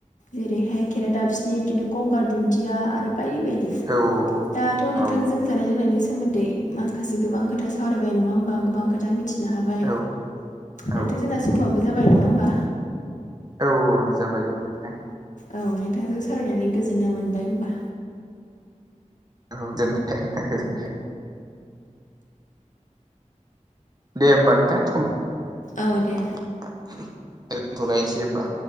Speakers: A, on the left (about 70°); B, on the right (about 30°).
A: जेरैहाय खेरादाफिनि बिदिनो गंगार दुन्दिया आरो बायदि बायदि
B: औ
A: दाथ' नोंथांजों
B: औ
A: जानाय लोंनायनि सो सोमोन्दै माखासे गोबां खोथा सावरायबाय नङा होमबा गोबां खोथा मिथि नो हाबाय
B: औ औ
A: दाथ' जोंना समाबो जाबाय नङा होमबा?
B: औ ओ जाबाय जाबाय नोंथां।
A: औ नोंथांजों सावरायनानै गोजोननाय मोनबाय होमबा।
B: औ गोजोननाय थाबाय नोंथां गोजोननाय दे होमबा नोंथां
A: औ दे
B: <unintelligible> दोनथ'लायनोसै हमबा।